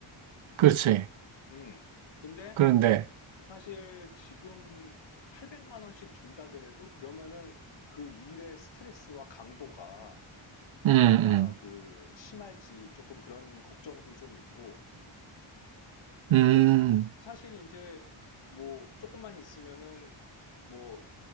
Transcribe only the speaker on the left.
음. 근데
사실 지금 800만 원씩 준다 그래도 그러면은 그 일의 스트레스와 강도가
얼마나
그 심할지 조금 그런 걱정도 좀 있고. 그리고
사실 이제 뭐 조금만 있으면은 뭐